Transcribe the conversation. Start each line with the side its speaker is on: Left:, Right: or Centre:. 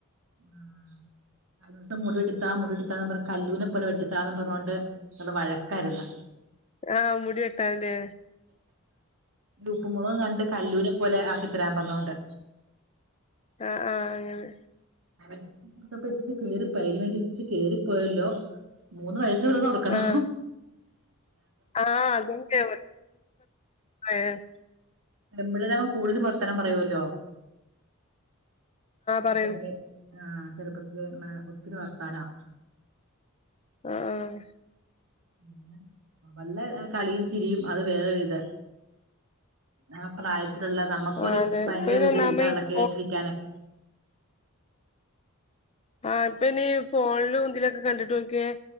Right: ആ കഴിഞ്ഞ ദിവസം മുടി എടുക്കാം മുടി എടുക്കാന്ന് പറഞ്ഞ് കല്ലൂനെ പോലെ വെട്ടിത്താന്നും പറഞ്ഞോണ്ട് നല്ല വഴക്കാരുന്നു
Left: ആഹ് മുടിവെട്ടാന് ലേ
Right: ടുട്ടു മോളും കണ്ട് കല്ലുനെ പോലെ ആക്കിത്തരാൻ പറഞ്ഞോണ്ട്.
Left: ആഹ് ആഹ് അങ്ങനെ
Right: <unintelligible> കേറിപ്പോയല്ലോ മൂന്ന് വയ <unintelligible> ന്നോർക്കണം
Left: ആഹ് ആഹ് അതന്നെ <unintelligible>
Right: പെമ്പിള്ളേരാമ്പം കൂട്തലും വർത്താനം പറയുവല്ലോ. ചെറുപ്പത്തില്
Left: പറയൂ
Right: ആഹ് ചെറുപ്പ <unintelligible> ഒത്തിരി വർത്താനാ.
Left: ആഹ്
Right: പിന്നെ വല്ല കളിയും ചിരിയും അത് വേറൊരു ഇത് ആ പ്രായ ത്തിലുള്ള നമ്മക്കൊരു
Left: അതെ
Right: പയങ്കര
Left: ഇപ്പയ്ന്
Right: ഒരു ഇത്
Left: ഒന്നാമെ
Right: ഇതാണ്
Left: ഇപ്പോ
Right: കേട്ടിരിക്കാനൊക്കെ.
Left: ആഹ് ഇപ്പയ്നീ ഫോണിലും ദിലൊക്ക കണ്ടിട്ട് ഓൽക്കേ